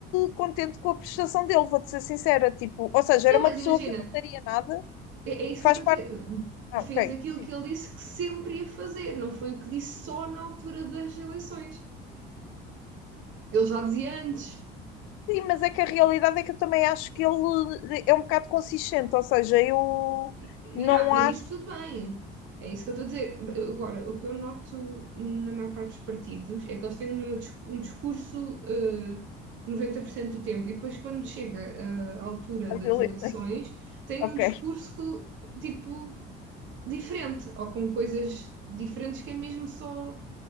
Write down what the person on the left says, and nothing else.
contente com a prestação dele, vou-te ser sincera. Tipo, ou seja,
era uma
pessoa
que eu não daria nada,
faz
parte.
Ah,
ok,
sim.
Sim, mas é que a realidade é que eu também acho que ele é um bocado consistente, ou seja, eu
não
acho.
As
eleições.
<laughs>
Ok,